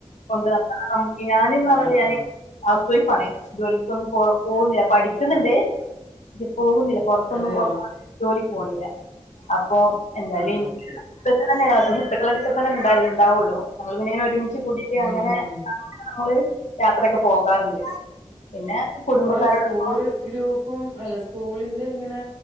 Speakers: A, on the left; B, on the right.
A: കൊണ്ട് <unintelligible> ഞാന് ന്ന്
B: ആ
A: പർഞാല്
B: ആ
A: ഞാന്
B: ആ
A: ഹൗസ് വൈഫ് ആണ് ജോലിക്കൊന്നും പോ പോവുന്നില്ല പഠിക്കുന്നുണ്ട്
B: ആ
A: പക്ഷേ പോവുന്നില്ല പൊർത്തൊന്നും
B: അതെയോ
A: ജോലിക്ക് പോണില്ല അപ്പൊ എന്തായാലും
B: ആ അത് ശരി
A: തന്നെയ സുഹൃത്തുക്കളക്കൊക്കെ തന്നെ ഇണ്ടാൽ ഇണ്ടാവോള്ളൂ ഞങ്ങള് പിന്നെ അങ്ങനെ ഒരു മിച്ച് കൂടിട്ട്
B: ഉം
A: അങ്ങനെ
B: ഉം
A: അങ്ങന നമ്മള് യാത്രയക്കെ പോകാറുണ്ട് പിന്നെ കുടുംബക്കാരോടൊപ്പം
B: ഇപ്പോൾ സ്കൂൾ ഗ്രൂപ്പും അല്ല സ്കൂളിന്റെ ഇങ്ങനെ